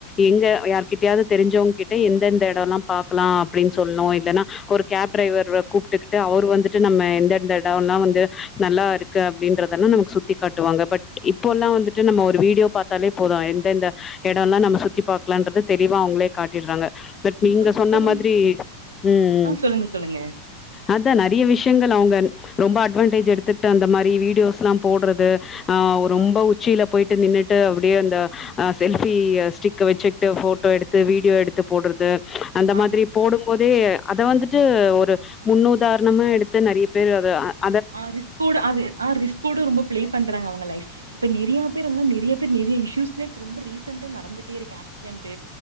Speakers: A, on the left (about 20°); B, on the right (about 75°).
A: எங்க யார்கிட்டயாவது தெரிஞ்சவங்க கிட்ட எந்தந்த எடம் எல்லாம் பாக்கலாம் அப்படின்னு சொல்லும் இல்லன்னா ஒரு கேப் டிரைவர கூப்பிட்டுகிட்டு அவர் வந்துட்டு நம்ம எந்தந்த எடம்லாம் வந்து நல்லா இருக்கு அப்படின்றதெல்லாம் நமக்கு சுத்தி காட்டுவாங்க பட் இப்பல்லாம் வந்துட் டு நம்ம ஒரு வீடியோ பாத்தாலே போதும் எந்தெந்த எடம் எல்லாம் நம்ம சுத்தி பாக்கலாம்ன்றது தெளிவா அவங்களே காட்டிறாங்க பட் நீங்க
B: இப்ப
A: சொன்ன
B: இப்ப வந்து
A: மாதிரி உம்
B: ஆ சொல்லுங்க சொல்லுங்க
A: அதான் நெறைய விஷயங்கள் அவங்க ரொம்ப அட்வான்டேஜ் எடுத்துட்டு அந்த மாரி வீடியோஸ்லாம் போட்றது ஆஹ் அவரு ரொம்ப
B: ஆ
A: உ போய்ட்டு நின்னுட்டு அப்படியே அந்த ஆ செல்ஃபி ஸ்டிக்க வச்சுட்டு போட்டோ எடுத்து வீடியோ எடுத்து போட்றது அந்த மாதிரி
B: ஆமா
A: போடும் போதே அத வந்துட்டு ஒரு முன்னுதாரணமா எடுத்து நெறைய பேர் அத அ
B: ஆஹ் ரிஸ்க்கோட ஆ ஆ ரிஸ்க்கோட ரொம்ப பிளே பண்றாங்க அவங்க லைஃப் இப்ப நெறைய பேர் நெறயா பேர் நெறயா இஸ்யூஸ்மே இப்போ ரொம்ப ரீசெண்டா நடந்துட்டே இருக்கு ஆக்சிடென்ட்